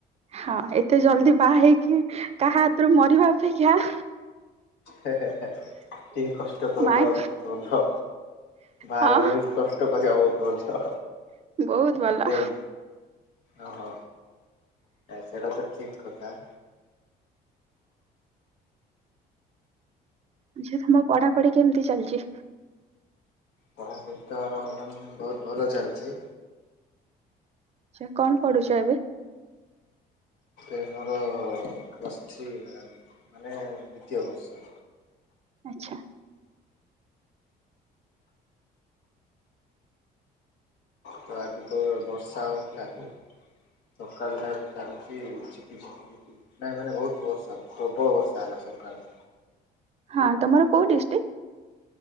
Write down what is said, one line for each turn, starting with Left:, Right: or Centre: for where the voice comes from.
Right: ହଁ ଏତେ ଜଲଦି ବାହା ହେଇକି କାହା ହାତରୁ ମରିବା ଅପେକ୍ଷା
Left: ହେ ହେ ଟିକେ କଷ୍ଟ କରିଦବା
Right: ମାଇଁ
Left: ଭଲ। ବାହାରେ
Right: ହଁ
Left: ରହିିକି କଷ୍ଟ କରିବା ବହୁତ ଭଲ
Right: ବହୁତ ଭଲ
Left: ନାଇଁ। ଓହୋ ସେଟା ତ ଠିକ କଥା।
Right: ଝିଅ ତମ ପଢାପଢି କେମିତି ଚାଲିଚି?
Left: ପଢ଼ାପଢ଼ି ତ ଉମ ବହୁତ ଭଲ ଚାଲିଚି।
Right: ଆଛା କଣ ପଢୁଛ ଏବେ?
Left: ଏ ମୋର ପ୍ଲସ ଥ୍ରୀ ମାଡାମ ମାନେ ଦ୍ୱିତୀୟ ବର୍ଷ।
Right: ଆଚ୍ଛା।
Left: ତ ଆଜି ତ ବର୍ଷା ହଉଥିଲା ସକାଳ ଟାରୁ ଚାଲିଚି ଝିପି ଝିପି ନାଇଁ ମାନେ ବହୁତ ବର୍ଷା ପ୍ରବଳ ବର୍ଷା ହେଲା ସକାଳେ।
Right: ହଁ ତମର କଉ ଡିଷ୍ଟିକ?